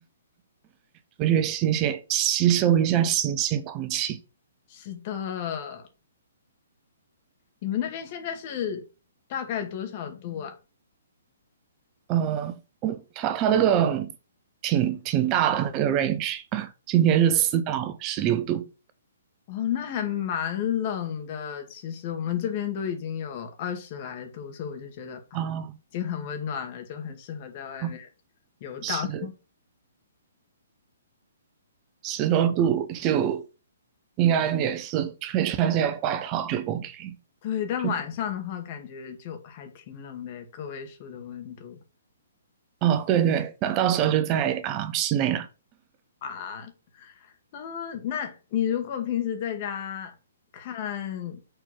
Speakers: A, on the right; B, on the left.
A: 出去吸些吸收一下新鲜空气。
B: <laughs> 是的，你们那边现在是大概多少度啊？
A: 呃，我它它那个挺挺大的那个 range，<laughs> 今天是四到十六度
B: 哦，那还蛮冷的。其实我们这边都已经有二十来度，所以我就觉得啊，
A: 啊，
B: 已经很温暖了，就很适合在外面
A: 哦，
B: 游荡。
A: 十
B: <laughs>
A: 十多度就应该也是可以穿件外套就 OK。
B: 对，但晚上的话，
A: 就
B: 感觉就还挺冷的，个位数的温度
A: 哦，对对，那到时候就在啊、室内了。
B: 啊。嗯、那你如果平时在家看，